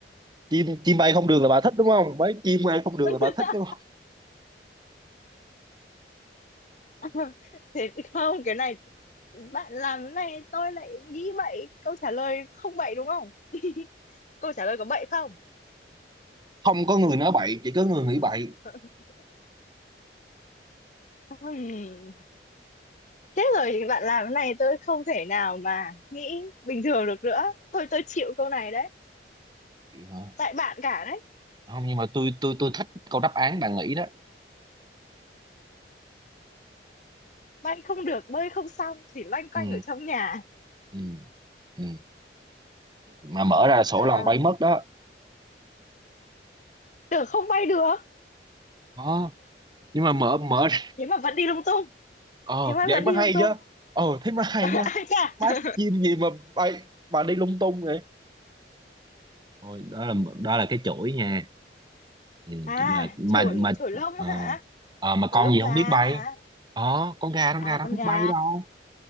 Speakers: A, on the right; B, on the left.
A: chim chim bay không được là bà thích đúng không mấy chim bay không được
B: Tôi
A: là bà
B: chưa
A: thích
B: sao?
A: đúng không
B: <laughs> thế không cái này bạn làm cái này tôi lại nghĩ bậy câu trả lời không bậy đúng không <laughs> câu trả lời có bậy không
A: không có người nói bậy chỉ có người nghĩ bậy
B: <laughs> Ừm, Thế rồi thì bạn làm cái này tôi không thể nào mà nghĩ bình thường được nữa. Thôi tôi chịu câu này đấy.
A: Chịu hả?
B: Tại bạn cả đấy.
A: không nhưng mà tôi tôi tôi thích câu đáp án bạn nghĩ đó
B: Bạn không được bơi không xong, chỉ loanh quanh
A: ừ
B: ở trong nhà.
A: ừ ừ mà mở ra sổ
B: À,
A: lòng bay mất đó
B: tưởng không bay được,
A: đó nhưng mà mở mở ra-
B: thế mà vẫn đi lung tung.
A: ờ
B: Thế mà
A: vậy
B: vẫn
A: mới
B: đi
A: hay
B: lung tung.
A: chứ ờ thế mới hay
B: <laughs> Ai
A: chứ
B: chà.
A: má chim gì mà bay bà đi lung tung vậy thôi đó là đó là cái chuỗi nha ừ,
B: À,
A: mà mà
B: chổi,
A: mà
B: chổi lông
A: ờ,
B: hả?
A: ờ, mà
B: Chổi
A: con
B: lông
A: gì
B: gà
A: không biết bay
B: hả?
A: ờ con gà con gà
B: à
A: đâu
B: con
A: biết
B: gà
A: bay đâu